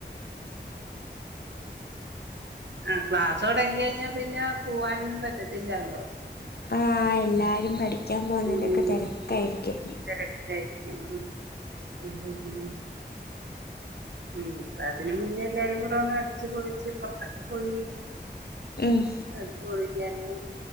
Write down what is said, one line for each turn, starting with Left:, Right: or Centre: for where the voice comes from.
Right: ആഹ് ക്ലാസ് തുടങ്ങി കഴിഞ്ഞാ പിന്നെ പോവാനൊന്നും പറ്റത്തില്ലല്ലോ
Left: ആഹ് എല്ലാരും പഠിക്കാൻ പോകുന്നതിന്റെയൊക്കെ
Right: ഉം
Left: തിരക്കായിരിക്കും
Right: തിരക്കിലായിരിക്കും മ്മ് മ്മ് അപ്പം അതിന് മുന്നേ എല്ലാരും കൂടെ ഒന്ന് അടിച്ച് പൊളിച്ച് പുറത്തൊക്കെ പോയി
Left: മ്മ്
Right: അടിച്ച് പൊളിക്കാല്ലോ